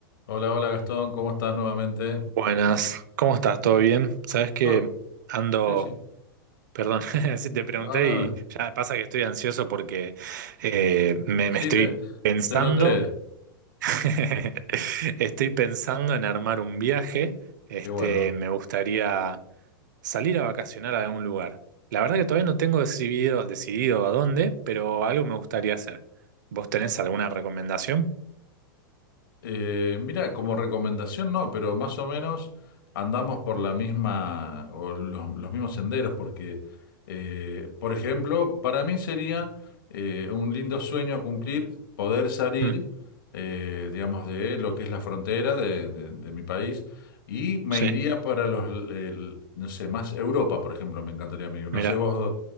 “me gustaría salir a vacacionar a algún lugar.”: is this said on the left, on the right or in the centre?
Right